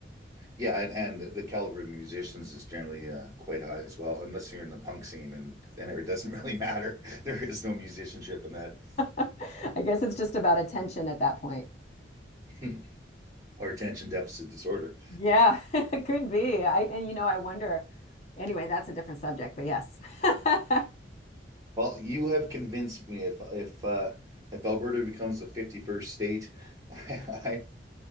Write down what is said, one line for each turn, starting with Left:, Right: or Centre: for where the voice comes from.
Right: Yeah, and, and the caliber of musicians is generally uh, quite high as well, unless you're in the punk scene, and then it doesn't really matter. <laughs> There is no musicianship in that
Left: <laughs> I guess it's just about attention at that point.
Right: <laughs> or attention deficit disorder.
Left: Yeah, <laughs> it could be. I, and you know, I wonder. Anyway, that's a different subject, but yes. <laughs>
Right: Well, you have convinced me. If if uh, if Alberta becomes the 51st state, <laughs> I, I